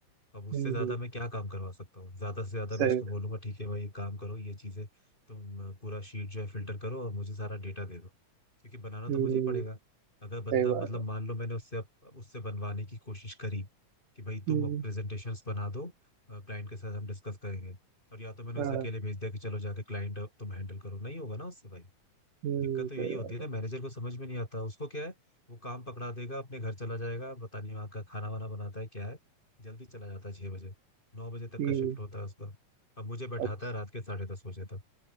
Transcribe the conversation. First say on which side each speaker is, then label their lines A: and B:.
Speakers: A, on the left; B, on the right.
A: अब उससे
B: हम्म
A: ज्यादा
B: हम्म,
A: मैं क्या काम करवा सकता हूँ ज्यादा से ज्यादा
B: सही
A: मैं उसको बोलूंगा ठीक है भाई एक काम करो ये चीजें तुम पूरा शीट जो है फिल्टर करो और मुझे सारा डेटा दे दो क्योंकि बनाना
B: हम्म
A: तो मुझे ही पड़ेगा अगर
B: सही
A: बंदा
B: बात
A: मतलब
B: है
A: मान लो मैंने उससे अब उससे बनवाने की कोशिश करी कि भाई तुम
B: हम्म
A: अब प्रेजेंटेशंस बना दो क्लाइंट के साथ हम डिस्कस करेंगे और या तो मैंने
B: हाँ,
A: उसे अकेले भेज दिया कि चलो जाके क्लाइंट तुम हैंडल करो नहीं होगा ना उससे भाई
B: हम्म
A: दिक्कत तो यही
B: सही
A: होती
B: बात
A: है ना मैनेजर को समझ में नहीं आता उसको क्या है वो काम पकड़ा देगा अपने घर चला जाएगा पता नहीं वहाँ का खाना वाना बनाता है क्या है जल्दी चला जाता है छह बजे नौ बजे तक
B: हम्म
A: का शिफ्ट होता है उसका अब मुझे बैठाता
B: अच्छा
A: है रात के साढ़े दस बजे तक